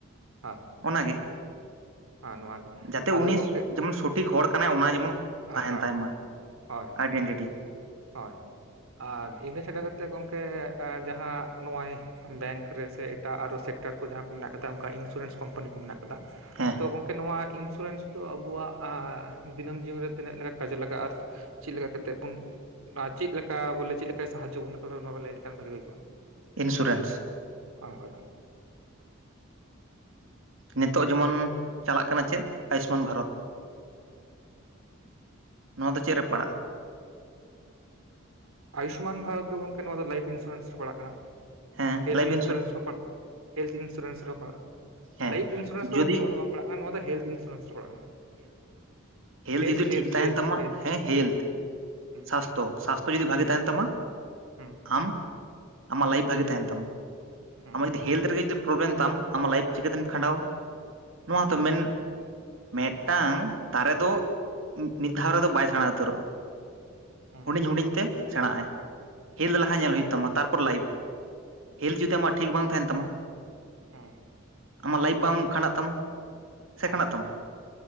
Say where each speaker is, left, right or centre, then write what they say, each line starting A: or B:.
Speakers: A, on the right; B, on the right.
A: ᱦᱮᱸ
B: ᱚᱱᱟᱜᱮ᱾
A: ᱦᱮᱸ ᱱᱚᱣᱟ ᱜᱮ
B: ᱡᱟᱛᱮ
A: ᱟᱫᱚ
B: ᱩᱱᱤ
A: ᱜᱚᱝᱠᱮ
B: ᱡᱮᱢᱚᱱ ᱥᱚᱴᱷᱤᱠ ᱦᱚᱲ ᱠᱟᱱᱟᱭ ᱚᱱᱟ ᱡᱮᱢᱚᱱ ᱛᱟᱦᱮᱱ
A: ᱦᱳᱭ
B: ᱛᱟᱭᱢᱟ᱾
A: ᱦᱳᱭ ᱦᱳᱭ
B: ᱟᱭᱰᱮᱱᱴᱤᱴᱤ᱾
A: ᱦᱳᱭ ᱟᱨ ᱤᱱᱟᱹ ᱪᱷᱟᱰᱟ ᱠᱟᱛᱮᱫ ᱜᱚᱢᱠᱮ ᱡᱟᱦᱟᱸ ᱱᱚᱜᱼᱚᱭ ᱵᱮᱝᱠ ᱨᱮ ᱥᱮ ᱮᱴᱟᱜ ᱟᱨᱦᱚ ᱥᱮᱠᱴᱟᱨ ᱠᱚ ᱡᱟᱦᱟᱸ ᱠᱚ ᱢᱮᱱᱟᱜ ᱟᱠᱟᱫᱟ ᱚᱱᱠᱟ ᱤᱱᱥᱩᱨᱮᱱᱥ ᱠᱳᱢᱯᱟᱱᱤ ᱠᱚ ᱢᱮᱱᱟᱜ ᱟᱠᱟᱫᱟ
B: ᱦᱮᱸ
A: ᱛᱚ
B: ᱦᱮᱸ
A: ᱜᱚᱝ ᱜᱚᱝᱠᱮ ᱱᱚᱣᱟ ᱤᱱᱥᱩᱨᱮᱱᱥ ᱫᱚ ᱟᱵᱚᱣᱟᱜ ᱫᱤᱱᱟᱹᱢ ᱡᱤᱭᱚᱱ ᱨᱮ ᱛᱤᱱᱟᱹᱜ ᱞᱮᱠᱟ ᱠᱟᱡᱮ ᱞᱟᱜᱟᱜᱼᱟ? ᱪᱮᱫ ᱞᱮᱠᱟ ᱠᱟᱛᱮᱜ ᱵᱚᱱ ᱟᱨ ᱪᱮᱫ ᱞᱮᱠᱟ ᱵᱚᱞᱮ ᱪᱮᱫ ᱞᱮᱠᱟ ᱥᱟᱦᱟᱡᱚ ᱵᱚᱱᱟ ᱞᱟᱹᱭ ᱞᱮᱠᱷᱟᱱ ᱵᱷᱟᱜᱤ ᱦᱩᱭᱠᱚᱜᱼᱟ?
B: ᱤᱱᱥᱩᱨᱮᱱᱥ᱾
A: ᱦᱳᱭ ᱦᱳᱭ ᱦᱳᱭ᱾
B: ᱱᱤᱛᱚᱜ ᱡᱮᱢᱚᱱ ᱪᱟᱞᱟᱜ ᱠᱟᱱᱟ ᱪᱮᱫ ᱟᱭᱩᱥᱢᱟᱱ ᱵᱷᱟᱨᱚᱛ᱾ ᱱᱚᱣᱟ ᱫᱚ ᱪᱮᱫ ᱨᱮ ᱯᱟᱲᱟᱜᱼᱟ?
A: ᱟᱭᱩᱥᱢᱟᱱ ᱵᱷᱟᱨᱚᱛ ᱫᱚ ᱜᱚᱢᱠᱮ ᱱᱚᱣᱟ ᱫᱚ ᱞᱟᱭᱤᱵ ᱤᱱᱥᱩᱨᱮᱱᱥ ᱨᱮ ᱯᱟᱲᱟᱜ ᱠᱟᱱᱟ᱾
B: ᱦᱮᱸ
A: ᱦᱮᱞ
B: ᱞᱟᱭᱤᱯᱷ
A: ᱤᱱᱥᱩᱨᱮᱱᱥ ᱦᱚᱸ ᱦᱮᱞ ᱤᱱᱥᱩᱨᱮᱱᱥ ᱨᱮᱦᱚᱸ ᱯᱟᱲᱟᱜᱼᱟ᱾
B: ᱦᱮᱸ
A: ᱞᱟᱭᱤᱯ ᱤᱱᱥᱩᱨᱮᱱᱥ ᱫᱚ
B: ᱡᱩᱫᱤ
A: ᱜᱚᱝᱠᱮ ᱱᱚᱣᱟ ᱫᱚ ᱵᱟᱝ ᱯᱟᱲᱟᱜ ᱠᱟᱱᱟ ᱱᱚᱣᱟ ᱫᱚ ᱦᱮᱞ ᱤᱱᱥᱩᱨᱮᱱᱥ ᱨᱮ ᱯᱟᱲᱟᱜ ᱠᱟᱱᱟ᱾
B: ᱦᱮᱞᱛ
A: ᱦᱮᱞᱛᱷ
B: ᱡᱩᱫᱤ
A: ᱦᱮᱞᱛᱷ
B: ᱴᱷᱤᱠ ᱛᱟᱦᱮᱱ
A: ᱦᱮᱞᱛᱷ
B: ᱛᱟᱢᱟ
A: ᱦᱮᱞᱛᱷ
B: ᱦᱮᱸ ᱦᱮᱞᱛ
A: ᱦᱩᱸ
B: ᱥᱟᱥᱛᱷᱚ ᱥᱟᱥᱛᱷᱚ ᱡᱚᱫᱤ ᱵᱷᱟᱜᱮ
A: ᱦᱩᱸ
B: ᱛᱟᱦᱮᱱ ᱛᱟᱢᱟ
A: ᱦᱩᱸ
B: ᱟᱢ ᱟᱢᱟᱜ ᱞᱟᱭᱤᱯ ᱵᱷᱟᱜᱤ ᱛᱟᱦᱮᱱ ᱛᱟᱢᱟ
A: ᱦᱩᱸ
B: ᱟᱢᱟᱜ
A: ᱦᱩᱸ
B: ᱡᱩᱫᱤ
A: ᱦᱩᱸ
B: ᱦᱮᱞ ᱨᱮᱜᱮ ᱡᱩᱫᱤ ᱯᱨᱚᱜᱮᱢ ᱛᱟᱢ ᱟᱢᱟᱜ ᱞᱟᱭᱤᱯ ᱪᱤᱠᱟᱹᱛᱮᱢ ᱠᱷᱟᱸᱰᱟᱣᱟ ᱱᱚᱣᱟᱛᱚ
A: ᱦᱩᱸ
B: ᱢᱮᱱ ᱢᱤᱫᱴᱟᱝ ᱫᱟᱨᱮ ᱫᱚ ᱢᱤᱫ ᱫᱷᱟᱣ ᱨᱮᱫᱚ ᱵᱟᱭ ᱥᱮᱬᱟ ᱩᱛᱟᱹᱨᱚᱜᱼᱟ᱾
A: ᱦᱩᱸ,
B: ᱦᱩᱰᱤᱧ ᱦᱩᱰᱤᱧ ᱛᱮ ᱥᱮᱬᱟᱜ ᱟᱭ ᱦᱮᱞ ᱞᱟᱦᱟ ᱧᱮᱞ
A: ᱦᱩᱸ,
B: ᱦᱩᱭᱩᱜ ᱛᱟᱢᱟ ᱛᱟᱨᱯᱚᱨ ᱞᱟᱭᱤᱯ᱾ ᱦᱮᱞ ᱡᱩᱫᱤ ᱟᱢᱟᱜ ᱴᱷᱤᱠ ᱵᱟᱝ ᱛᱟᱦᱮᱱ ᱛᱟᱢᱟ
A: ᱦᱮᱸ
B: ᱟᱢᱟᱜ ᱞᱟᱭᱤᱯ ᱵᱟᱝ ᱠᱷᱟᱸᱰᱟᱜ ᱛᱟᱢᱟ ᱥᱮ
A: ᱦᱩᱸ,
B: ᱠᱷᱟᱸᱰᱟᱜ
A: ᱦᱩᱸ,
B: ᱛᱟᱢᱟ?